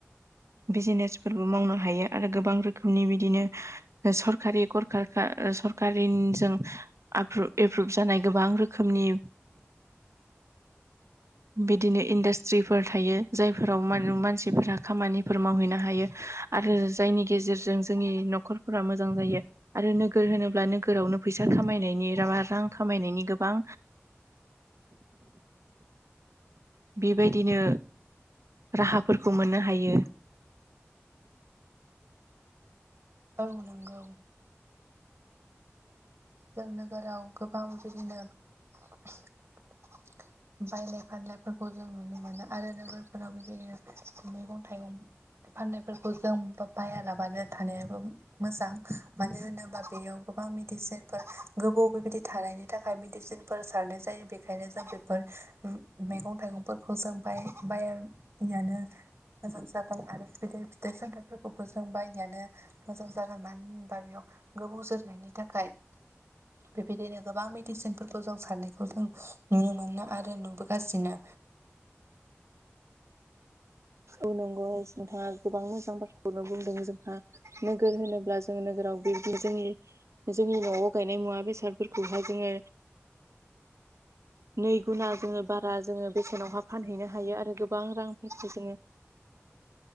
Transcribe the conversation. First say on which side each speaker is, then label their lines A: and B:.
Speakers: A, on the right; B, on the right.
A: बिजिनेसफोरबो मावनो हायो आरो गोबां रोखोमनि बिदिनो सरखारि गर सरकारिनिजों आप्रु-एप्रुभ जानाय गोबां रोखोमनि बिदिनो इन्डास्ट्रिफोर थायो जायफोराव मा-मानसिफोरा खामानिफोर मावहैनो हायो। आरो जायनि गेजेरजों जोंनि न'खरफोरा मोजां जायो आरो नोगोर होनोब्ला नोगोरावनो फैसा खामायनायनि रा रां खामायनायनि गोबां बेबायदिनो राहाफोरखौ मोननो हायो।
B: औ नांगौ जों नोगोराव गोबां बिदिनो बायनाय फानलायफोरखौ जों नुनो मोनो आरो नोगोरफोराव बेबायदिनो मैगं थाइगं फाननायफोरखौ जों बायालाबानो थानायाबो मोजां मानो होनोबा बेयाव गोबां मेदिसिन गोबाव बेबायदि थानायनि थाखाय मेडिसिनफोर सारनाय जायो बेखायनो जों बेफोर मैगं थाइगंफोरखौ जों बाय-बायानो मोजां जागोन आरो <unintelligible> फिथाइ सामथाइफोरखौबो जों बायनायानो मोजां जागोन मानो होनबा बेयाव गोबौ जोरनायनि थाखाय बेबायदिनो गोबां मेडिसिनफोरखौ जों सारनायखौ जों नुनो मोनो आरो नुबोगासिनो।
A: औ नंगौ नोंथाङा गोबां मोजां बाथ्राखौनो बुंदों जोंहा नोगोर होनोब्ला जों नोगोराव बेबदि जोंनि जोंनि न'आव गायनाय मुवा बेसादफोरखौहाय जोङो नै गुना जोङो बा रा जोङो बेसेनावहा फानहैनो हायो आरो गोबां रांफोरखौ जोङो